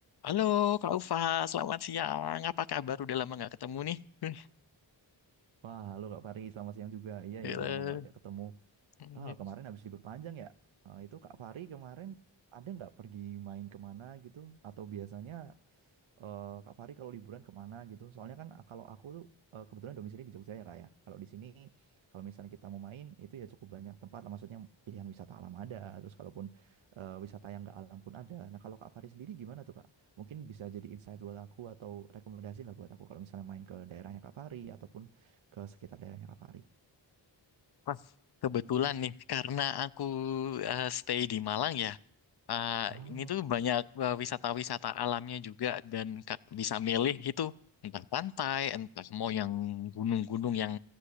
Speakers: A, on the left; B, on the right.
A: Halo Kak Ufa, selamat siang. Apa kabar? Udah lama nggak ketemu nih. <laughs>
B: Wah, halo Kak Fari, selamat siang juga. Iya
A: Gila.
B: ya, udah lama banget gak ketemu.
A: Iya.
B: Ah, kemarin habis libur panjang ya. Ah, itu Kak Fari kemarin ada nggak pergi main kemana gitu? Atau biasanya eh, Kak Fari kalau liburan kemana gitu? Soalnya kan ah, kalau aku tuh eh, kebetulan domisili di Jogja ya Kak ya. Kalau di sini kalau misalnya kita mau main itu ya cukup banyak tempat lah. Maksudnya pilihan wisata alam ada. Terus kalaupun eh, wisata yang nggak alam pun ada. Nah kalau Kak Fari sendiri gimana tuh Kak? Mungkin bisa jadi insight buat aku atau rekomendasi lah buat aku kalau misalnya main ke daerahnya Kak Fari ataupun ke sekitar daerahnya Kak Fari.
A: Pas kebetulan nih, karena aku eh, stay di Malang ya. eh,
B: Oh.
A: ini tuh banyak eh, wisata-wisata alamnya juga dan Kak bisa milih itu entah pantai, entah mau yang gunung-gunung yang